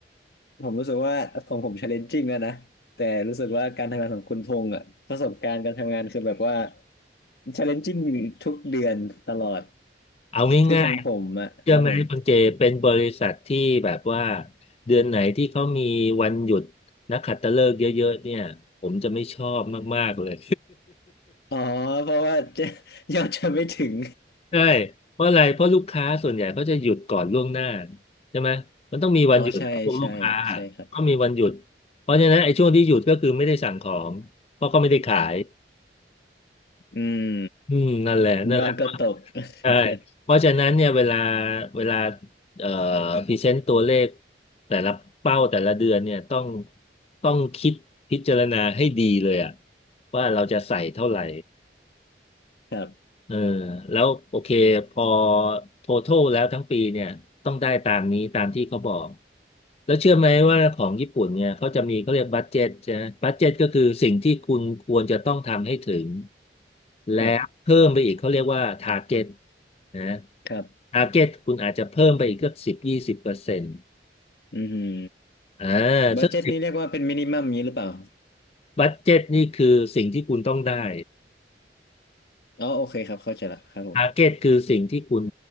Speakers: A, on the left; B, on the left.
A: ผมรู้สึกว่าของผม challenging แล้วนะแต่รู้สึกว่าการทำงานของคุณพงษ์อ่ะประสบการณ์การทำงานคือแบบว่า challenging ทุกเดือนตลอด
B: เอาง่ายๆเชื่อไหมคุณเจเป็นบริษัทที่แบบว่า
A: คือของผมอ่ะครับผม
B: เดือนไหนที่เขามีวันหยุดนักขัตฤกษ์เยอะๆเนี่ยผมจะไม่ชอบมากๆเลย
A: อ๋อเพราะว่า <laughs> จะยอดจะไม่ถึง
B: ใช่เพราะอะไรเพราะลูกค้าส่วนใหญ่เขาจะหยุดก่อนล่วงหน้าใช่ไหมมันต้องมีวันหยุดของพวกลูกค้า
A: อ๋อใช่ใช่ใช่ครับ
B: ก็มีวันหยุดเพราะฉะนั้นไอ้ช่วงที่หยุดก็คือไม่ได้สั่งของเพราะก็ไม่ได้ขาย
A: อืม
B: อืมนั่นแหละนั่นแหละ
A: ยอดก็ตก
B: ใช่
A: <laughs>
B: เพราะฉะนั้นเนี่ยเวลาเวลาเอ่อพรีเซนต์ตัวเลขแต่ละเป้าแต่ละเดือนเนี่ยต้องต้องคิดพิจารณาให้ดีเลยอะว่าเราจะใส่เท่าไหร่
A: ครับ
B: เออแล้วโอเคพอ total แล้วทั้งปีเนี่ยต้องได้ตามนี้ตามที่เขาบอกแล้วเชื่อไหมว่าของญี่ปุ่นเนี่ยเขาจะมีเขาเรียกบัดเจ็ตใช่ไหมบัดเจ็ตก็คือสิ่งที่คุณควรจะต้องทำให้ถึงและเพิ่มไปอีกเขาเรียกว่าทาร์เก็ต
A: ครับ
B: นะ
A: ครับ
B: ทาร์เก็ตคุณอาจจะเพิ่มไปอีกเกือบสิบยี่สิบเปอร์เซ็นต์
A: อือหือ
B: อ่า
A: บัดเจ็ตนี่เรียกว่าเป็นมินิมัมนี้หรือเปล่า
B: สักสิบบัดเจ็ตนี่คือสิ่งที่คุณต้องได้
A: อ๋อโอเคครับเข้าใจละครับผม
B: ทาร์เก็ตคือสิ่งที่คุณ